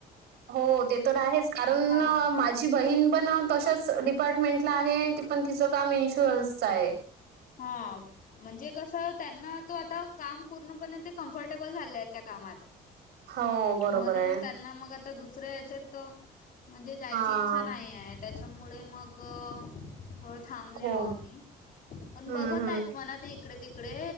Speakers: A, on the right (about 70°); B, on the left (about 50°).
A: हो ते तर आहेच कारण
B: हां,
A: माझ तिची बहीण पण तशाच डिपार्टमेंटला आहे, पण तिचं काम इन्शुरन्सच आहे.
B: हा म्हणजे कस त्यांना तो आता काम पूर्णपणे ते कम्फर्टेबल झाले त्या कामात
A: हो, बरोबर
B: म्हणून
A: आहे.
B: त्यांना मग आता दुसऱ्या याच्यात म्हणजे जायची
A: हां.
B: इच्छा नाही आहे. त्याच्यामुळे मग थोडं थांबल्याव
A: हो.
B: आम्ही पण
A: हं,
B: बघत
A: हं.
B: आहेत मना ते इकडे तिकडे